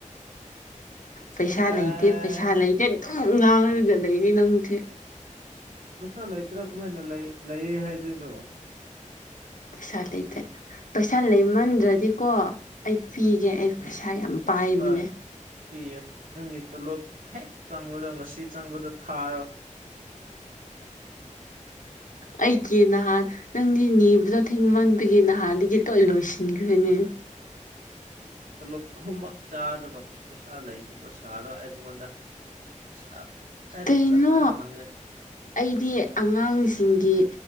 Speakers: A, on the left (about 75°); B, on the right (about 85°).
A: ꯄꯩꯁꯥ
B: ꯑꯦ
A: ꯂꯩꯇꯦ ꯄꯩꯁꯥ ꯂꯩꯇꯦ ꯑꯗꯨꯝ ꯉꯥꯡꯔꯒ ꯂꯩꯅꯦ ꯅꯪꯖꯦ
B: ꯄꯩꯁꯥ ꯂꯩꯇ꯭ꯔꯥ ꯀꯃꯥꯏꯅ ꯂꯩ ꯂꯩꯌꯦ ꯍꯥꯏꯗꯣꯏꯅꯣ
A: ꯄꯩꯁꯥ ꯂꯩꯇꯦ ꯄꯩꯁꯥ ꯂꯩꯃꯟꯗ꯭ꯔꯗꯤꯀꯣ ꯑꯩ ꯄꯤꯒꯦ ꯑꯩ ꯄꯩꯁꯥ
B: ꯎꯝ
A: ꯌꯥꯝ ꯄꯥꯏꯕꯅꯦ
B: ꯍꯣꯏ ꯄꯤꯌꯦ ꯅꯪꯒꯤ ꯇꯣꯂꯣꯞ ꯍꯦꯛ ꯆꯪꯕꯗꯣ ꯉꯁꯤ ꯆꯪꯕꯗꯣ ꯊꯥꯔꯣ
A: ꯑꯩꯀꯤ ꯅꯍꯥꯟ ꯅꯪꯗꯤ ꯅꯤꯕꯗꯣ ꯊꯦꯡꯃꯟꯕꯒꯤ ꯅꯍꯥꯟꯗꯒꯤ ꯂꯣꯏ ꯂꯣꯏꯁꯤꯒ꯭ꯔꯦꯅꯦ
B: ꯇꯣꯂꯣꯞ ꯑꯍꯨꯝꯃꯛ ꯆꯥꯔꯒ ꯄꯩꯁꯥ ꯂꯩꯇꯕ ꯁꯥꯔ ꯑꯩꯉꯣꯟꯗ ꯄꯩꯁꯥ ꯀꯗꯥꯏꯇ
A: ꯀꯩꯅꯣ
B: ꯆꯠꯄ꯭ꯔꯣ ꯍꯪꯪꯉꯦ
A: ꯑꯩꯗꯤ ꯑꯉꯥꯡꯁꯤꯡꯒꯤ